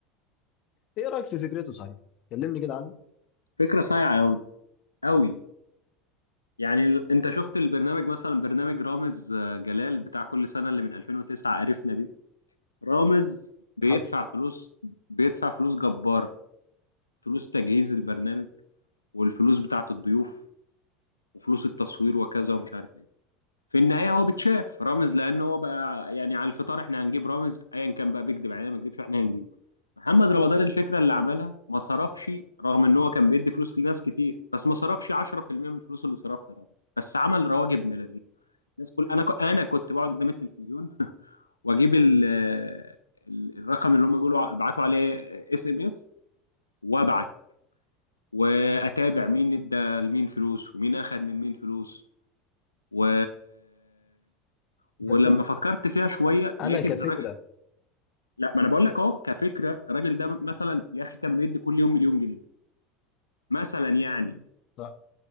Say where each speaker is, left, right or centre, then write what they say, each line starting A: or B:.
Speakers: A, on the left; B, on the left.
A: ايه رايك في فكرته صحيح كلمني كده عنه
B: فكره صايعه قوي قوي يعني ال- انت شفت البرنامج مثلا برنامج رامز آه، جلال بتاع كل سنه اللي من 2009 قرفنا رامز بيدفع
A: حصل
B: فلوس بيدفع فلوس جبارة فلوس تجهيز البرنامج والفلوس بتاعة الضيوف وفلوس التصوير وكذا ومش عارف ايه في النهاية هو بتشاف رامز لأن هو بقى يعني على الفطار احنا هنجيب رامز أيا كان بقى بيكذب علينا ما بيكذبش احنا هنجيبه محمد رمضان الفكرة اللي عملها ما صرفش رغم ان هو كان بيدي فلوس لناس كتير بس ما صرفش 10% من الفلوس اللي صرفها رامز بس عمل رواج ابن لذيذ الناس كل انا ك... انا كنت بقعد قدام التلفزيون واجيب ال ال- الرقم اللي هم بيقولوا ابعتوا عليه اس ام اس وابعت واتابع مين ادى لمين فلوس ومين اخد من مين فلوس و ولما
A: بس
B: فكرت فيها شويه
A: انا
B: لقيت
A: كفكره
B: ان الراجل لا ما انا بقول لك اهو كفكره الراجل ده مثلا يا اخي كان بيدي كل يوم مليون جنيه مثلا يعني
A: لا،